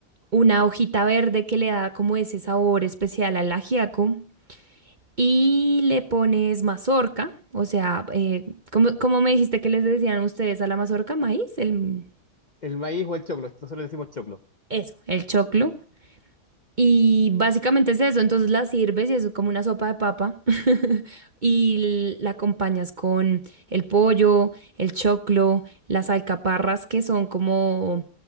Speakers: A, on the right; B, on the left.
A: una hojita verde que le da como ese sabor especial al ajiaco. Y le pones mazorca, o sea, eh, ¿cómo, cómo me dijiste que les decían ustedes a la mazorca? Maíz, el,
B: El maíz o el choclo, nosotros le decimos choclo.
A: eso, el choclo. Y básicamente es eso, entonces la sirves y eso es como una sopa de papa <laughs> y la acompañas con el pollo, el choclo, las alcaparras que son como,